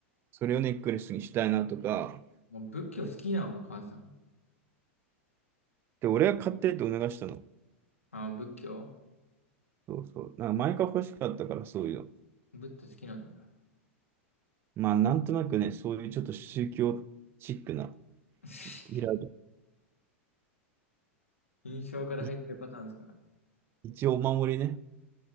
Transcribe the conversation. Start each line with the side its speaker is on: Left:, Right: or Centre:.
Right: それをネックレスにしたいなとか、
Left: もう仏教好きなのお母さん。
Right: で、俺が買ってって促したの。
Left: あー仏教
Right: そうそう。なんか前から欲しかったからそういうの。
Left: 仏教好きなんだ。
Right: まあなんとなくね、そういうちょっと宗教チックな、
Left: <laughs>
Right: イラ
Left: 印象から入ってるパターンですか。
Right: い一応お守りね。